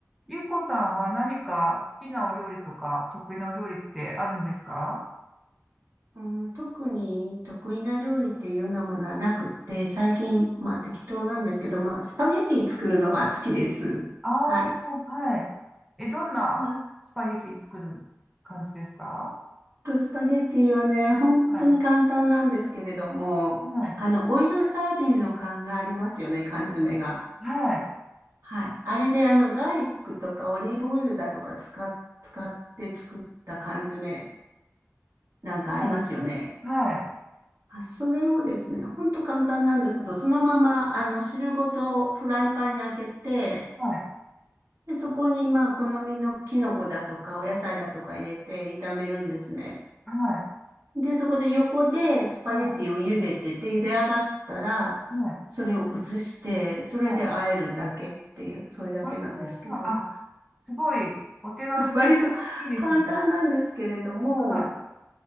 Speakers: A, in the centre; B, on the right.
A: ゆうこさんは何か好きなお料理とか得意なお料理ってあるんですか
B: うん、特に得意な料理っていうようなものはなくって、最近、まあ適当なんですけど、まあスパゲティ作るのは好きです。
A: ああ
B: はい。
A: ー、はい。え、どんなスパゲティ作る感じですか
B: あと、スパゲティはね、本当に簡単なんですけれども、
A: はい。はい。
B: あの、オイルサーディンの缶がありますよね、缶詰が。
A: はい。
B: はい。あれで、あの、ガーリックとかオリーブオイルだとか使っ、使って作った缶詰なんかありますよね。
A: はいはい。
B: あ、それをですね、ほんと簡単なんですけど、そのまま、あの、汁ごとフライパンに開けて、
A: はい。
B: で、そこに、まあ、好みのキノコだとか、お野菜だとか入れて炒めるんですね。
A: はい。
B: で、そこで横でスパゲティを茹でてて、
A: は
B: 茹で上がったら、
A: い。は
B: それを移して、それで和えるだけっていう、
A: い。はい
B: それだけなんですけど、
A: あーあ、すごいお手軽でいいですね。
B: <laughs> 割と簡単なんですけれども、
A: は